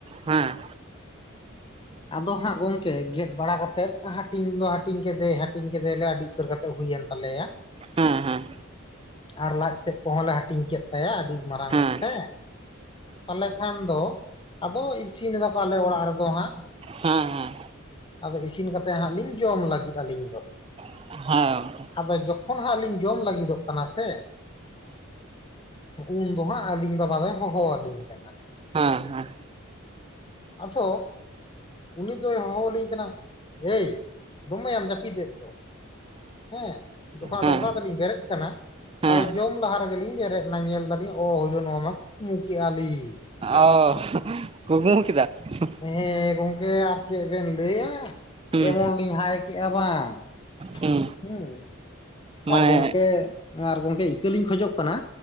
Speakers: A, on the right (about 25°); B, on the left (about 25°).
A: ᱦᱮᱸ ᱾
B: ᱟᱫᱚ ᱦᱟᱸᱜ ᱜᱚᱢᱠᱮ, ᱜᱮᱫᱽ ᱵᱟᱲᱟ ᱠᱟᱛᱮᱫ ᱦᱟᱹᱴᱤᱧ ᱫᱚ ᱦᱟᱹᱴᱤᱧ ᱠᱮᱫᱮᱭ ᱦᱟᱹᱴᱤᱧ ᱠᱮᱫᱮ ᱭᱟᱞᱮ᱾ ᱟᱹᱰᱤ ᱩᱛᱟᱹᱨ ᱠᱟᱛᱮ ᱦᱩᱭᱮᱱ ᱛᱟᱞᱮᱭᱟ᱾
A: ᱦᱮᱸ ᱦᱮᱸ᱾
B: ᱟᱨ ᱞᱟᱡ ᱛᱮᱫ ᱠᱚᱦᱚᱸ ᱞᱮ ᱦᱟᱹᱴᱤᱧ ᱠᱮᱫ ᱛᱟᱭᱟ, ᱟᱹᱰᱤ ᱢᱟᱨᱟᱝ
A: ᱦᱮᱸ
B: ᱥᱮ ᱾ ᱛᱟᱦᱚᱞᱮ ᱠᱷᱟᱱ ᱫᱚ ᱟᱫᱚ ᱤᱥᱤᱱ ᱮᱫᱟ ᱠᱚ, ᱟᱞᱮ ᱚᱲᱟᱜ ᱨᱮᱫᱚ ᱦᱟᱸᱜ ᱾
A: ᱦᱮᱸ ᱦᱮᱸ᱾
B: ᱟᱫᱚ ᱤᱥᱤᱱ ᱠᱟᱛᱮᱫ ᱦᱟᱸᱜ ᱞᱤᱧ ᱡᱚᱢ ᱞᱟᱹᱜᱤᱫ ᱟᱹᱞᱤᱧ ᱫᱚ ᱾
A: ᱦᱮᱸ ᱦᱮᱸ ᱜᱚᱝᱠᱮ ᱦᱮᱸ ᱦᱮᱸ ᱦᱮᱸ ᱜᱚᱢᱠᱮ ᱾
B: ᱟᱫᱚ ᱡᱚᱠᱷᱚᱱ ᱦᱟᱸᱜ ᱞᱤᱧ ᱡᱚᱢ ᱞᱟᱹᱜᱤᱫᱚᱜ ᱠᱟᱱᱟ ᱥᱮ, ᱩᱱ ᱫᱚ ᱦᱟᱸᱜ ᱟᱹᱞᱤᱧ ᱵᱟᱵᱟ ᱫᱚᱭ ᱦᱚᱦᱚ ᱦᱟᱹᱞᱤᱧ ᱠᱟᱱᱟ ᱾
A: ᱦᱮᱸ ᱦᱮᱸ᱾
B: ᱟᱫᱚ ᱩᱱᱤ ᱫᱚᱭ ᱦᱚᱦᱚᱣᱟᱞᱤᱧ ᱠᱟᱱᱟ, ᱮᱭ ᱫᱚᱢᱮ ᱭᱟᱢ ᱡᱟᱹᱯᱤᱫᱮ ᱫᱚ᱾ ᱦᱮᱸ ᱡᱚᱠᱷᱚᱱ
A: ᱦᱮᱸ ᱦᱮᱸ
B: ᱫᱚ ᱚᱱᱠᱟ ᱫᱚᱞᱤᱧ ᱵᱮᱨᱮᱫ ᱟᱠᱟᱱᱟ᱾
A: ᱦᱮᱸ
B: ᱟᱫᱚ
A: ᱦᱮᱸ
B: ᱡᱚᱢ ᱞᱟᱦᱟ ᱨᱮᱜᱮᱞᱤᱧ ᱵᱮᱨᱮᱫ ᱮᱱᱟ, ᱧᱮᱞ ᱫᱟᱞᱤᱧ ᱚ ᱦᱚᱭᱞᱳ ᱱᱚᱣᱟ ᱢᱟ ᱠᱩᱠᱢᱩ ᱠᱮᱼᱟ ᱞᱤᱧ᱾
A: ᱚ ᱠᱩᱠᱢᱩ ᱠᱮᱫᱟ ᱵᱤᱱ᱾
B: ᱦᱮᱸ ᱜᱚᱝᱠᱮ ᱟᱨ ᱪᱮᱫ ᱵᱮᱱ ᱞᱟᱹᱭᱟ,
A: ᱦᱩᱸ
B: ᱮᱢᱚᱱ ᱞᱤᱧ ᱦᱟᱭ ᱠᱮᱼᱟ ᱵᱟᱝ ᱾
A: ᱦᱩᱸ
B: ᱦᱮᱸ ᱾
A: ᱢᱟᱱᱮ
B: ᱟᱨ ᱜᱚᱢᱠᱮ ᱟᱨ ᱜᱚᱢᱠᱮ ᱤᱠᱟᱹᱞᱤᱧ ᱠᱷᱚᱡᱚᱜ ᱠᱟᱱᱟ᱾